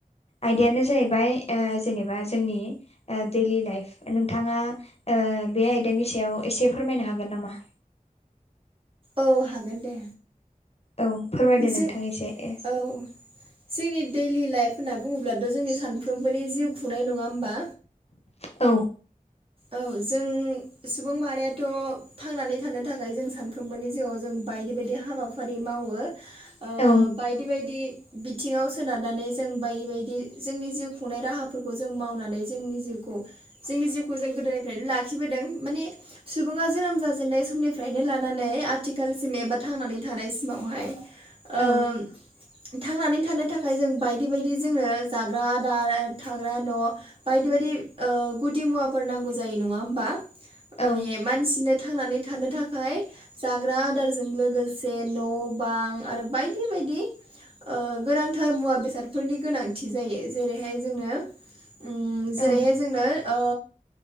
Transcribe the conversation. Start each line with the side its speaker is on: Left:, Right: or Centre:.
Left: आयदायानो जाहैबाय ओ जेनेबा जोंनि ओ दैलि लाइफ नोंथाङा ओ बे आयदानि सायाव एसे फोरमायनो हागोन नामा।
Right: औ हागोन दे।
Left: औ फोरमायदो
Right: जों
Left: नोंथां एसे ए
Right: औ जोंनि दैलि लाइफ होनना बुङोब्लाथ' जोंनि सानफ्रोमबोनि जिउ खुंनाय नङा होमबा।
Left: औ
Right: औ जों सुबुं माहारियााथ' थांनानै थानो थाखाय जों सानफ्रोमबोनि जिउआव जों बायदि बायदि हाबाफारि मावो ओ
Left: औ
Right: बायदि बायदि बिथिङाव सोनारनानै जों बायदि बायदि जोंनि जिउ खुंनाय राहाफोरखौ जों मावनानै जोंनि जिउखौ जोंनि जिउखौ जों गोदोनिफ्रायनो लाखिबोदों माने सुबुङा जोनोम जाजेननाय समनिफ्रायनो लानानै आथिखालसिम एबा थांनानै थानायसिमावहाय ओम
Left: औ
Right: थांनानै थानो थाखाय जों बायदि बायदि जोङो जाग्रा आदार थाग्रा न' बायदि बायदि ओ गुदि मुवाफोर नांगौ जायो नङा होमबा माने
Left: औ
Right: मानसिनो थांनानै थानो थाखाय जाग्रा आदारजों लोगोसे न' बां आरो बायदि बायदि ओ गोनांथार मुवा बेसादफोरनि गोनांथि जायो जेरैहाय जोंनो उम जेरैहाय
Left: औ
Right: जोंनो ओ